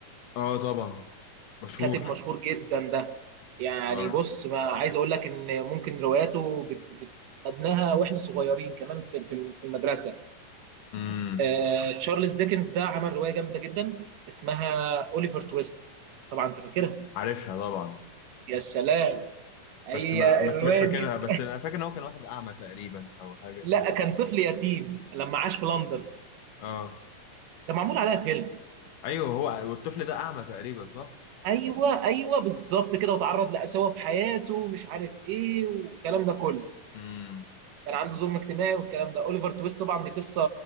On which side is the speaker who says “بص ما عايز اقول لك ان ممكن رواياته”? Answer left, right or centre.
Right